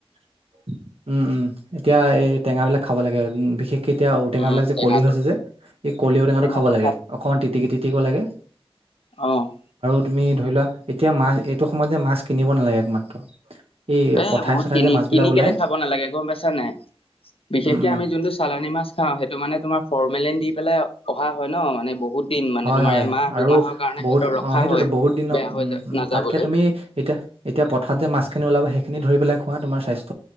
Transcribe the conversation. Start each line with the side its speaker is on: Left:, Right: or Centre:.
Right: <unintelligible> উম-উম এতিয়া এই টেঙা বিলাক খাব লাগে বিশেষ <inaudible> <unintelligible> কেতিয়া ঔটেঙাবিলাক
Left: উম
Right: যে
Left: টেঙাটো
Right: কলি হৈছে যে এই কলি ঔটেঙাটো
Left: টেঙাটো
Right: খাব লাগে অকনমান তিতিকি-তিতিকি লাগে <inaudible>
Left: আহঁ <unintelligible>
Right: <unintelligible> তুমি ধৰি লোৱা এতিয়া মাছ এইটো সময়ত যে মাছ কিনিব নালাগে একমাত্ৰ <unintelligible>
Left: <unintelligible> এ
Right: পথাৰে
Left: বহুত
Right: চথাৰে
Left: কিনি-কিনি
Right: যে মাছবিলাক ওলাই
Left: কেলে খাব নালাগে গম পাইছা নাই <unintelligible> <unintelligible> বিশেষকে
Right: উম উম
Left: আমি যোনটো চালানী মাছ খাওঁ সেইটো মানে তোমাৰ <inaudible> <unintelligible> ফৰ্মেল দি পেলাই অহা হয় ন মানে বহুত
Right: <unintelligible>
Left: <unintelligible>
Right: হয়-হয়
Left: তোমাৰ এমাহ দুমাহৰ
Right: আৰু
Left: কাৰণে
Right: বহুত
Left: সিহঁতৰ ৰখা
Right: অ সেইটোতো
Left: হয়
Right: বহুত দিনৰ
Left: বেয়া হৈ
Right: উম
Left: যা- নাযাবলৈ
Right: তাতকে তুমি এতিয়া <unintelligible> <unintelligible> এতিয়া পথাৰত মাছখিনি ওলাব সেইখিনি ধৰি পেলাই খোৱা তোমাৰ স্বাস্থ্য <unintelligible>